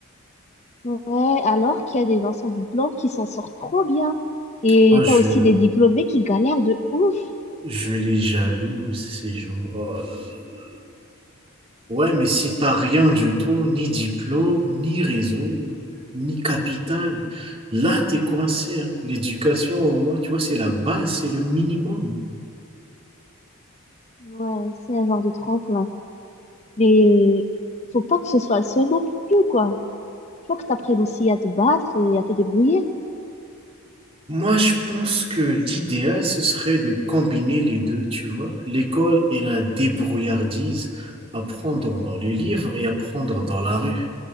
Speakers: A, on the left; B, on the right.
A: Ouais, alors qu'il y a des gens sans diplôme qui s'en sortent trop bien. Et
B: Ah, je,
A: t'as aussi des diplômés qui galèrent de ouf.
B: je les jalouse, ces gens. Oh là là. Ouais, mais si t'as rien du tout, ni diplôme, ni réseau, ni capital, là, t'es coincé. hein. L'éducation, au moins, tu vois, c'est la base, c'est le minimum.
A: Ouais, c'est un genre de tremplin. Mais faut pas que ce soit le seul non plus, quoi. Faut que t'apprennes aussi à te battre et à te débrouiller.
B: Moi, je pense que l'idéal, ce serait de combiner les deux, tu vois, l'école et la débrouillardise, apprendre dans les livres et apprendre dans la rue,